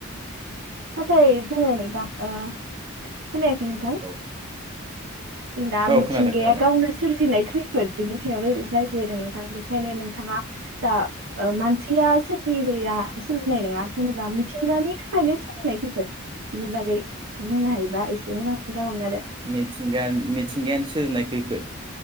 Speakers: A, on the right; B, on the right.
A: नाथाय जोङो नोंथां ओ खोनायाखै नोंथां।
B: औ
A: दा मिथिंगाया
B: औ खोनादों खोनादों
A: गावनो सोरजिनायखै। खैफोद बिनि सायाव रायज्लायदों नोंथां बेनिखायनो नोंथाङा जा मानसिया सोरजनाय सोरजिनाय नङा जेनेबा मिथिंगानि थाखायनो सोलिनाय खैफोद बिनि बागै बुंनो हायोबा एसे मोजांसिन। जागौमोन आरो
B: मिथिंगानि मिथिंगायानो सोरनाय खैफोद।